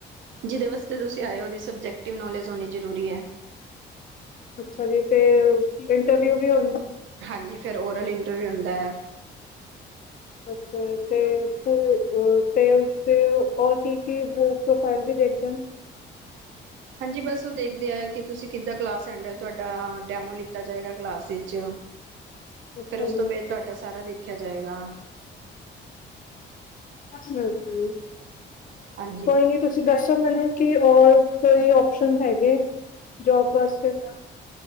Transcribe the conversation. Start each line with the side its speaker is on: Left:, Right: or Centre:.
Right: ਜਿਦੇ ਵਾਸਤੇ ਤੁਸੀਂ ਆਏ ਓ ਉਦੀ ਸਬਜੈਕਟਿਵ ਨੌਲੇਜ ਹੋਨੀ ਜ਼ਰੂਰੀ ਏ।
Left: ਅੱਛਾ ਜੀ ਤੇ ਇੰਟਰਵਿਊ ਵੀ ਹੂਂ
Right: ਹਾਂਜੀ ਫੇਰ ਓਰਲ ਇੰਟਰਵਿਊ ਹੁੰਦੈ।
Left: ਅੱਛਾ ਤੇ, ਤੇ ਉਸ ਰ ਔਰ ਕੀ ਕੀ ਪ੍ਰੋਫਾਈਲ ਵੀ ਦੇਖਦੇਨ।
Right: ਹਾਂਜੀ ਬਸ ਉ ਦੇਖਦੇ ਆ ਕਿ ਤੁਸੀਂ ਕਿੱਦਾਂ ਕਲਾਸ ਹੈਂਡਲ ਤੁਹਾਡਾ ਡੈਮੋ ਲਿੱਤਾ ਜਾਏਗਾ ਕਲਾਸ ਵਿੱਚ
Left: ਅੱਛਾ
Right: ਫੇਰ ਉਸ ਤੋਂ ਬਾਦ ਤੁਹਾਡਾ ਸਾਰਾ ਦੇਖਿਆ ਜਾਏਗਾ।
Left: ਠ ਕੋਈ
Right: ਹਾਂਜੀ
Left: ਨੀ ਤੁਸੀਂ, ਤੁਸੀਂ ਦੱਸੋ ਮੈਨੂੰ ਕਿ ਔਰ ਕੋਈ ਆਪਓਸ਼ਨ ਹੈਗੇ, ਜੋਬ ਵਾਸਤੇ।